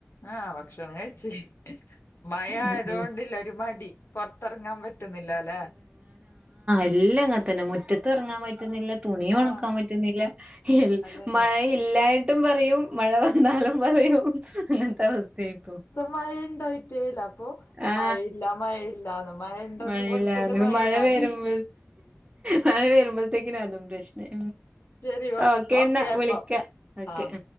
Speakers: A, on the left; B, on the right.
A: ആഹ് ഭക്ഷണം കയ്ച്ച് മയ
B: ഉം
A: ആയതൊണ്ടില്ല
B: ഉം
A: ഒരു മടി പൊറത്തെറങ്ങാൻ പറ്റുന്നില്ലലേ
B: എല്ലങ്ങെൻ തന്നെ മുറ്റത്ത് എറങ്ങാൻ പറ്റുന്നില്ല തുണിയൊണക്കാൻ
A: ആഹ്
B: പറ്റുന്നില്ല ഇൽ
A: അതന്നെ
B: മഴയില്ലായിട്ടും പറയും മഴ വന്നാലും പറയും അങ്ങൻത്ത വസ്തയിപ്പൊ
A: മഴണ്ടാറ്റേല അപ്പൊ
B: ആ
A: മഴയില്ല മഴയില്ലന്നു മഴണ്ടെന്നും
B: മഴയില്ലാതെ
A: കൊണത്തില്
B: ഇപ്പൊ
A: മഴല്ലന്നും
B: മഴ വരുമ്പോ മഴ വരുമ്പോത്തേക്കിന അതും പ്രശ്നയി
A: ശരി
B: ആഹ് ഓക്കേ
A: ഓക്കെ
B: ന്നാ
A: അപ്പൊ
B: വിളിക്ക ഓക്കേ
A: ആഹ്